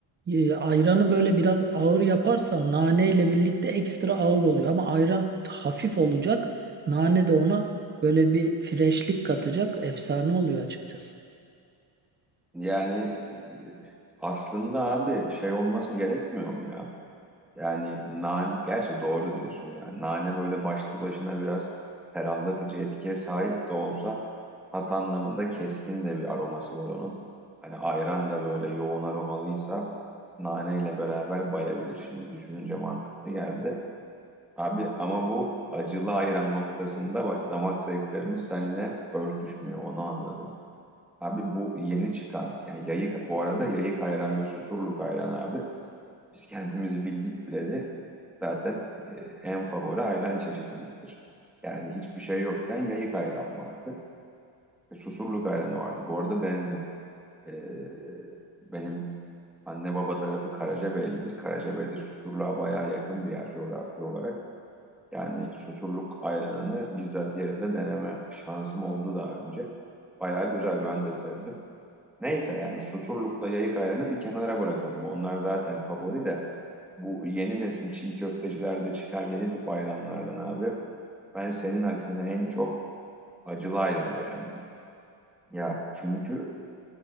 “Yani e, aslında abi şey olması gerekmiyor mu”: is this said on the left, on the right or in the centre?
Centre